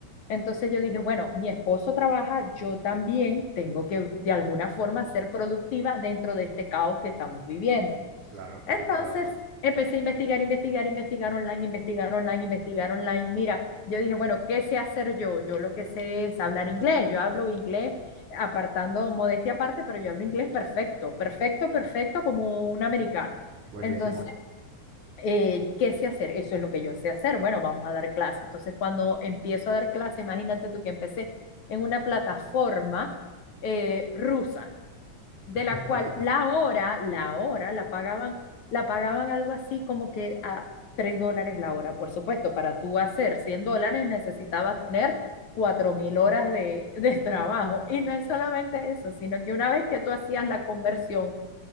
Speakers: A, on the left (about 70°); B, on the right (about 80°).
A: Entonces yo dije, bueno, mi esposo trabaja, yo también tengo que de alguna forma ser productiva dentro de este caos que estamos viviendo.
B: Claro, claro,
A: Entonces
B: claro.
A: empecé a investigar, investigar, investigar online, investigar online, investigar online. Mira, yo dije, bueno, ¿qué sé hacer yo? Yo lo que sé es hablar inglés. Yo hablo inglés apartando modestia aparte, pero yo hablo inglés perfecto, perfecto, perfecto como un americano.
B: Buenísimo.
A: Entonces, eh, ¿qué sé hacer? Eso es lo que yo sé hacer. Bueno, vamos a dar clase. Entonces, cuando empiezo a dar clase, imagínate tú que empecé en una plataforma eh, rusa de
B: <laughs>
A: la cual la hora, la hora la pagaban, la pagaban algo así como que a tres dólares la hora. Por supuesto, para tú hacer 100 dólares necesitabas tener cuatro mil horas de, de trabajo. Y no es solamente eso, sino que una vez que tú hacías la conversión,